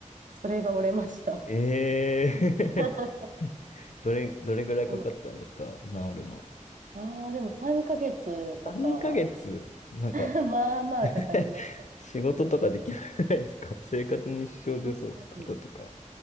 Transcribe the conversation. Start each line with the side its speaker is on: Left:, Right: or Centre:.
Right: それが折れました。
Left: ええー
Right: <laughs>
Left: <laughs> どれ、どれぐらいかかったんですか治るの。
Right: そうなんですああでも3ヶ月とか、
Left: 3ヶ月。なんか、
Right: <laughs> まあまあかかります。
Left: <laughs> 仕事とかできないですか生活に支障出そう。
Right: うん
Left: 肩とか。